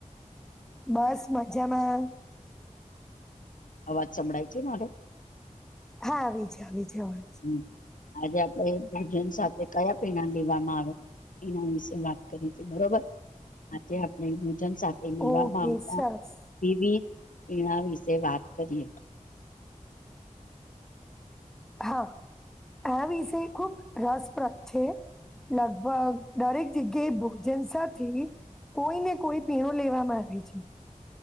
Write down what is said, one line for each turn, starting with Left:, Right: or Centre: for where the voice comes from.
Centre: બસ મજામાં
Left: અવાજ સંભળાય છે મારો
Centre: હા આવી છે આવી છે. અવાજ
Left: હમ્મ આજે આપ ણે ભોજન સાથે કયા પીણા લેવામાં આવે એના વિશે વાત કરીશું બરોબર આજે આપણે ભોજન સાથે લેવામાં
Centre: ઓકે
Left: આવતા
Centre: સરસ
Left: વિવિધ પીણા વિશે વાત કરીએ
Centre: હા આ વિષય ખુબ રસપ્રદ છે. લગભગ દરેક જગ્યાએ ભોજન સાથેની કોઈને કોઈ પીણો લેવામાં આવે છે.